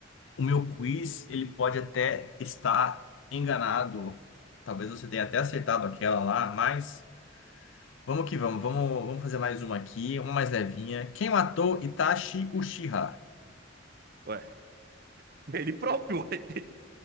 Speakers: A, on the left (about 75°); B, on the right (about 55°).
A: o meu quiz ele pode até estar enganado. Talvez você tenha até acertado aquela lá, mas vamos que vamos. Vamos, vamos fazer mais uma aqui, uma mais levinha. Quem matou Itachi Uchiha?
B: Ué, <laughs> ele próprio, ué.